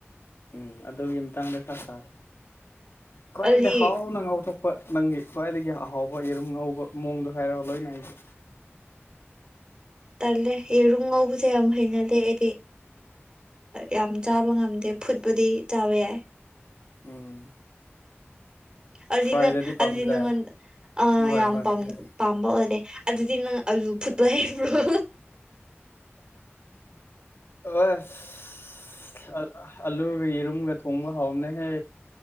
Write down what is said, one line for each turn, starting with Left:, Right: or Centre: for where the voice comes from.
Left: ꯎꯝ ꯑꯗꯨꯒꯤ ꯃꯇꯥꯡꯗ ꯈꯔ ꯁꯥꯥꯁꯦ ꯈ꯭ꯋꯥꯏꯗꯒꯤꯩ
Right: ꯑꯗꯨꯗꯤ
Left: ꯍꯥꯎꯅ ꯉꯥꯎꯊꯣꯛꯄ ꯅꯪꯒꯤ ꯈ꯭ꯋꯥꯏꯗꯒꯤ ꯑꯍꯥꯎꯕ ꯌꯦꯔꯨꯝ ꯉꯧꯕ ꯃꯑꯣꯡꯗꯣ ꯍꯥꯏꯔꯣ ꯂꯣꯏꯅ ꯑꯩꯁ
Right: ꯇꯜꯂꯦ ꯌꯦꯔꯨꯝ ꯉꯧꯕꯁꯦ ꯌꯥꯝ ꯐꯩꯅꯗꯦ ꯑꯩꯗꯤ ꯌꯥꯝ ꯆꯥꯕ ꯉꯝꯗꯦ ꯐꯨꯠꯄꯨꯗꯤ ꯆꯥꯕ ꯌꯥꯏ
Left: ꯎꯝ
Right: ꯑꯗꯨꯗꯤ
Left: ꯐ꯭ꯔꯥꯏꯗꯗꯤ
Right: ꯅꯪ
Left: ꯄꯥꯝꯗ꯭ꯔꯦ
Right: ꯑꯗꯨꯗꯤ ꯅꯪꯣꯟ ꯑ
Left: ꯍꯣꯏ
Right: ꯌꯥꯝ
Left: ꯍꯣꯏ ꯍꯥꯏꯔꯣ
Right: ꯄꯥꯝꯕ ꯑꯣꯏꯔꯦ ꯑꯗꯨꯗꯤ ꯅꯪ ꯑꯂꯨ ꯐꯨꯠꯄ ꯍꯥꯏꯕ꯭ꯔꯣ
Left: ꯑꯣꯁ ꯑꯂꯨꯒ ꯌꯦꯔꯨꯝꯒ ꯊꯣꯡꯕ ꯍꯥꯎꯅꯦꯍꯦ